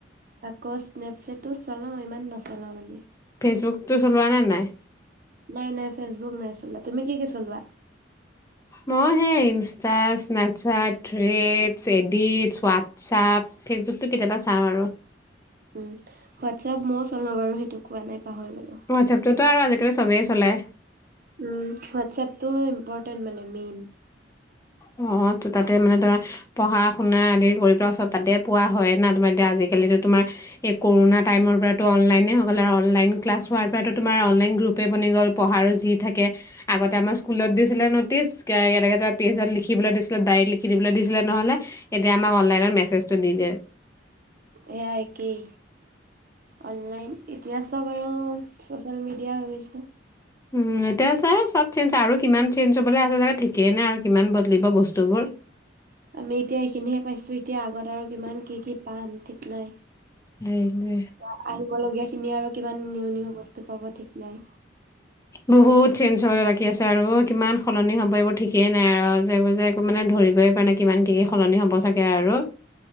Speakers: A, on the right; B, on the left.
A: আকৌ স্নেপচেটো চলাওঁ, ইমান নচলাও মানে।
B: ফেচবুকতটো চলোৱা নে নাই?
A: নাই নাই ফেচবুক নাই চলা। তুমি কি কি চলোৱা?
B: মই হে Insta Snapchat, Threads, edits, WhatsApp, ফেচবুকটো কেতিয়াবা চাওঁ আৰু।
A: উম পাহৰি গ'লো।
B: অ আচ্ছা, তইতো আৰু আজি চবেই চলাই
A: উম, হোৱাটছএপটো ইম্পৰটেণ্ট মানে মেইন।
B: অহ, ত-তাতে মানে তোমাৰ পঢ়া শুনা আদি কৰি পেলে চব তাতে পোৱা হয় না, তোমাৰ এতিয়া আজিকালি তোমাৰ এই কৰোণনা টাইমৰ পৰা অনলাইনে হৈ গল আৰু অনলাইন ক্লাছ হোৱাৰ পৰা তো তোমাৰ অনলাইন গ্ৰুপে বনি গল পঢ়াৰো যি থাকে আগতে আমাৰ স্কুলত দিছিলে ন'টিচ এ কেনেকে তাত পেজত লিখিবলৈ দিছিলে, দাইৰিত লিখিবলৈ দিছিলে নহলে এতিয়া আমাৰ অনলাইনত মেছেজ টো দি দিয়ে।
A: সেয়াই একেই অনলাইন, এতিয়া চব আৰু চচিয়েল মিডিয়া হৈ গৈছে।
B: উম, এতিয়া ছাৰে চব চেঞ্জ আৰু কিমান চেঞ্জ হ'বলৈ আছে ঠিকেই নাই আৰু কিমান বদলিব বস্তুবোৰ।
A: আমি এতিয়া এইখিনিহে পাইছোঁ এতিয়া আগত আৰু কিমান কি কি পাম ঠিক নাই।
B: সেইটোৱে
A: আহিব লগীয়া সি খিনি আৰু কিমান নিউ নিউ বস্তু পাব ঠিক নাই।
B: বহুত চেঞ্জ হ'বলৈ বাকী আছে আৰু কিমান সলনি হ'ব এইবোৰ ঠিকেই নাই আৰু যে এইবোৰ যে একো মানে ধৰিবই পাৰে নাই কিমান কি - কি সলনি হ'ব চাগে আৰু।